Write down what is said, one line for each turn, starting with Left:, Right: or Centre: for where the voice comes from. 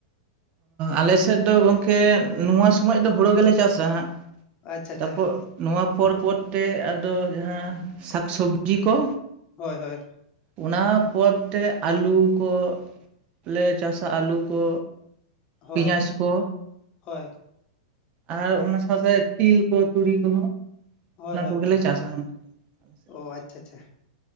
Right: ᱟᱞ ᱥᱮᱫ ᱫᱚ ᱜᱚᱝᱠᱮ ᱱᱚᱣᱟ ᱥᱚᱢᱚᱭ ᱫᱚ ᱦᱳᱲᱳ ᱜᱮᱞᱮ ᱪᱟᱥᱟ ᱦᱟᱸᱜ
Left: ᱟᱪᱪᱷᱟ ᱟᱪᱪᱷᱟ
Right: ᱛᱟᱨᱯᱚᱨ ᱱᱚᱣᱟ ᱯᱚᱨ ᱯᱚᱨᱛᱮ ᱟᱫᱚ ᱡᱟᱦᱟᱸ ᱥᱟᱠᱥᱚᱵᱽᱡᱤ ᱠᱚ
Left: ᱦᱳᱭ ᱦᱳᱭ
Right: ᱚᱱᱟ ᱯᱚᱨ ᱛᱮ ᱟᱹᱞᱩ ᱠᱚ ᱞᱮ ᱪᱟᱥᱟ ᱟᱹᱞᱩ ᱠᱚ
Left: ᱦᱳᱭ
Right: ᱯᱮᱸᱭᱟᱡᱽ ᱠᱚ
Left: ᱦᱳᱭ
Right: ᱟᱨ ᱚᱱᱟ ᱥᱟᱶᱛᱮ ᱛᱤ ᱠᱚ ᱛᱩᱲᱤ ᱠᱚᱦᱚᱸ
Left: ᱦᱳᱭ
Right: ᱚᱱᱟ
Left: ᱦᱳᱭ
Right: ᱠᱚᱜᱮᱞᱮ ᱪᱟᱥᱟ ᱥᱮᱫ
Left: ᱚ ᱟᱪᱪᱷᱟ ᱟᱪᱪᱷᱟ